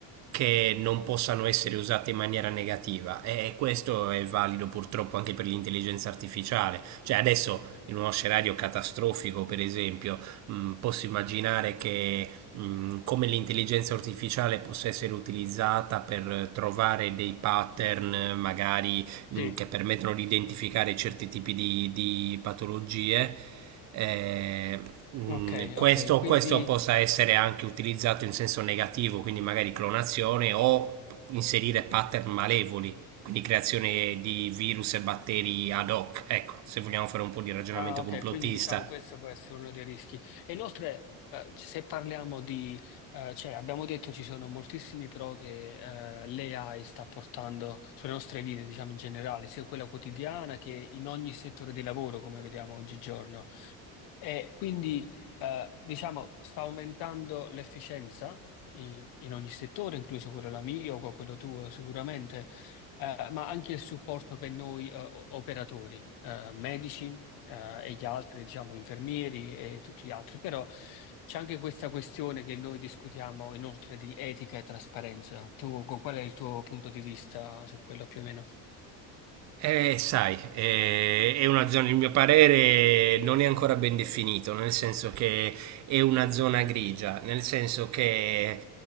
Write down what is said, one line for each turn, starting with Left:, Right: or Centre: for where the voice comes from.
Right: che non possano essere usate in maniera negativa e questo è valido purtroppo anche per l'intelligenza artificiale. Cioè adesso in uno scenario catastrofico, per esempio, mh, posso immaginare che mh, come l'intelligenza artificiale possa essere utilizzata per trovare dei pattern magari mh,
Left: Sì.
Right: che permettono di identificare certi tipi di, di patologie. eh, mh,
Left: Ok,
Right: questo,
Left: ok, quindi
Right: questo possa essere anche utilizzato in senso negativo, quindi magari clonazione o inserire pattern malevoli, quindi creazione di virus e batteri ad hoc. Ecco, se vogliamo fare un po' di ragionamento
Left: Ah, ok,
Right: complottista.
Left: quindi diciamo questo può essere uno dei rischi. E inoltre, eh, se parliamo di, eh, cioè abbiamo detto ci sono moltissimi pro che eh, l'AI sta portando sulle nostre vite, diciamo in generale, sia quella quotidiana che in ogni settore di lavoro, come vediamo oggigiorno. E quindi, eh, diciamo, sta aumentando l'efficienza in, in ogni settore, incluso quello la mio, co- quello tuo sicuramente, eh, ma anche il supporto per noi, eh, o- operatori, eh, medici, eh, e gli altri, diciamo, infermieri e tutti gli altri. Però c'è anche questa questione che noi discutiamo inoltre di etica e trasparenza. Tu, co- qual è il tuo punto di vista su quello più o meno?
Right: Eh, sai, eh, è una zona, il mio parere non è ancora ben definito, nel senso che è una zona grigia, nel senso che